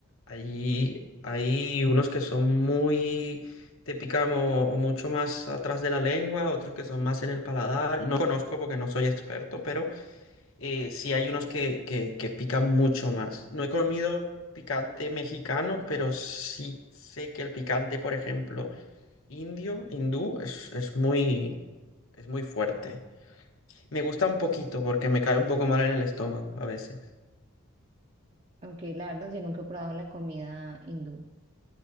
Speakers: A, on the left (about 70°); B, on the right (about 30°).
A: Hay, hay unos que son muy, te pican o, o mucho más atrás de la lengua, otros que son más en el paladar. No conozco porque no soy experto, pero eh, sí hay unos que, que, que pican mucho más. No he comido picante mexicano, pero sí sé que el picante, por ejemplo, indio, hindú, es, es muy, es muy fuerte. Me gusta un poquito porque me cae un poco mal en el estómago a veces.
B: Aunque la verdad yo nunca he probado la comida hindú,